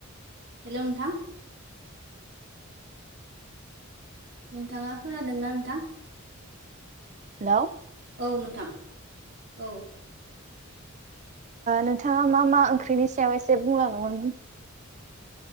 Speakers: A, on the right (about 55°); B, on the right (about 35°).
A: हेल' नोंथां। नोंथाङा खोनादोंना नोंथां।
B: हेल'।
A: औ नोंथां औ।
B: नोंथाङा मा मा ओंख्रिनि सायाव एसे बुंलांदोंमोन।